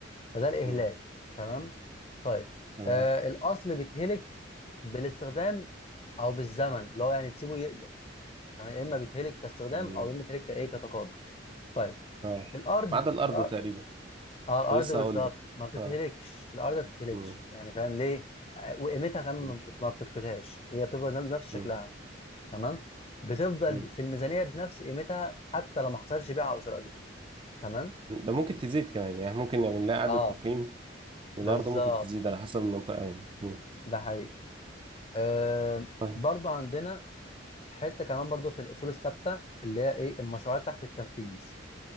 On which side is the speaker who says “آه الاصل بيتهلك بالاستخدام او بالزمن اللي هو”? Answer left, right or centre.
Left